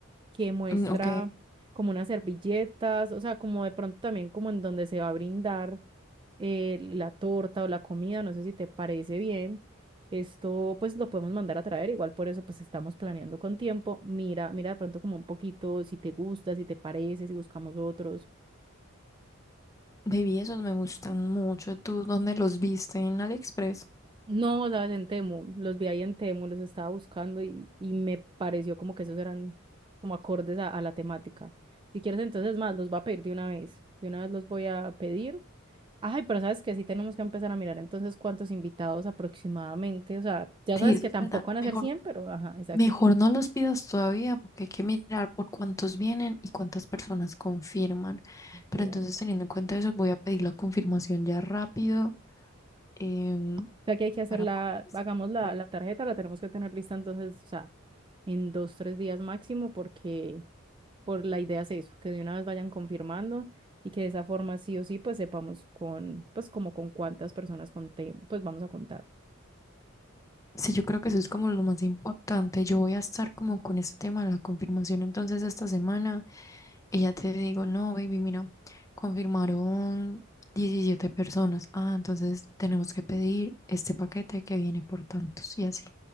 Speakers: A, on the right; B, on the left.
A: que muestra
B: Mm, Ok,
A: como unas servilletas, o sea, como de pronto también como en donde se va a brindar eh, la torta o la comida, no sé si te parece bien. Esto pues lo podemos mandar a traer, igual por eso pues estamos planeando con tiempo. Mira, mira de pronto como un poquito si te gusta, si te parece, si buscamos otros.
B: baby, esos me gustan mucho. ¿Tú dónde los viste? ¿En AliExpress?
A: No, sabes, en Temu, los vi ahí en Temu, los estaba buscando y, y me pareció como que esos eran como acordes a, a la temática. Si quieres entonces más, los voy a pedir de una vez. De una vez los voy a pedir Ay, pero sabes que sí tenemos que empezar a mirar entonces cuántos invitados aproximadamente. O sea, ya
B: Sí,
A: sabes
B: eso
A: que
B: es
A: tampoco
B: verdad.
A: van a
B: mejor
A: ser 100, pero ajá, exacto,
B: Mejor no los pidas todavía porque hay que mirar por cuántos vienen y cuántas personas confirman. Pero
A: cierto.
B: entonces, teniendo en cuenta eso, voy a pedir la confirmación ya rápido em,
A: O sea, que hay que hacer
B: para
A: la,
B: poder decir,
A: hagamos la,
B: bueno,
A: la tarjeta, la tenemos que tener lista entonces, o sea, en dos, tres días máximo, porque por la idea es eso, que de una vez vayan confirmando y que de esa forma sí o sí, pues sepamos con, pues como con cuántas personas contem, pues vamos a contar.
B: sí, yo creo que eso es como lo más importante. Yo voy a estar como con este tema de la confirmación entonces esta semana y ya te digo, no, baby, mira, confirmaron 17 personas. Ah, entonces tenemos que pedir este paquete que viene por tantos y así.